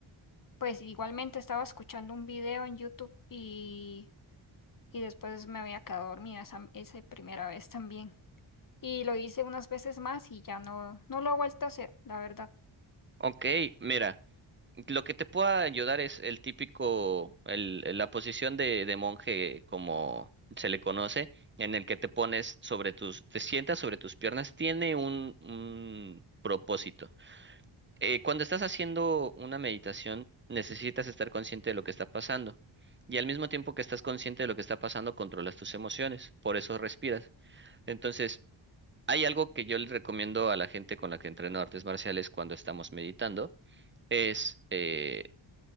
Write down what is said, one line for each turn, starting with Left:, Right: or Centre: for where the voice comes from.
Left: Pues igualmente estaba escuchando un video en YouTube y, y después me había quedado dormida esa, esa primera vez también. Y lo hice unas veces más y ya no, no lo he vuelto a hacer, la verdad.
Right: ok, mira. Lo que te pueda ayudar es el típico, el, la posición de, de monje, como se le conoce, en el que te pones sobre tus, te sientas sobre tus piernas, tiene un, un propósito. Eh, cuando estás haciendo una meditación, necesitas estar consciente de lo que está pasando. Y al mismo tiempo que estás consciente de lo que está pasando, controlas tus emociones, por eso respiras. Entonces, hay algo que yo le recomiendo a la gente con la que entreno artes marciales cuando estamos meditando es eh,